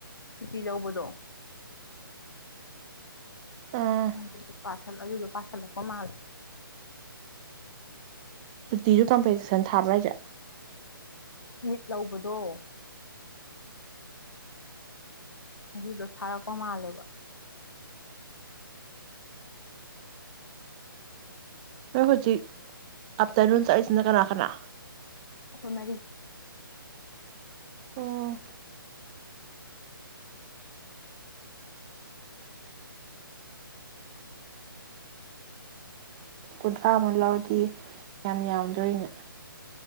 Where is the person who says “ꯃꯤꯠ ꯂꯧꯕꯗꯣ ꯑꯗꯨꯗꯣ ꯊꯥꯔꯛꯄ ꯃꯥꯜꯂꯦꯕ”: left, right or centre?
Left